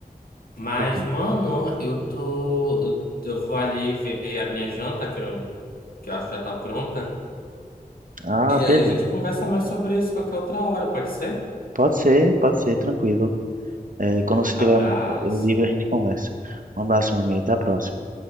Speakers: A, on the left; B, on the right.
A: Mas,
B: pois é.
A: mano, eu tô. Eu vou ali ver a minha janta, que eu, que eu acho que já tá pronta.
B: Ah,
A: E aí
B: beleza.
A: a gente conversa mais sobre isso qualquer outra hora, pode ser?
B: Pode ser, pode ser, tranquilo. É, quando você estiver
A: Abraço.
B: livre, a gente conversa. Um abraço, meu amigo. Até a próxima.